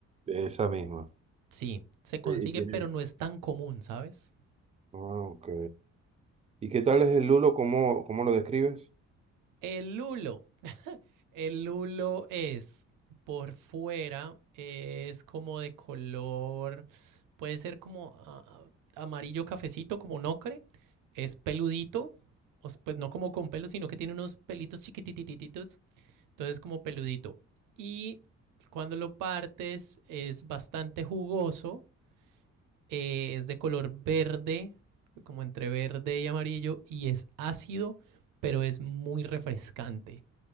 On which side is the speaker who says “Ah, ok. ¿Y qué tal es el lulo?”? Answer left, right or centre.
Right